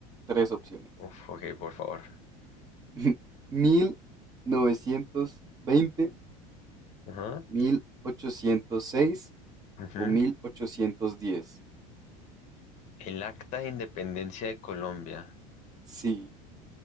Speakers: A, on the right; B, on the left.
A: tres opciones.
B: <laughs> Uf, ok, por favor.
A: <laughs> mil mil novecientos veinte,
B: Ajá,
A: mil ochocientos seis
B: ujú.
A: o 1810.
B: El Acta de Independencia de Colombia.
A: Sí,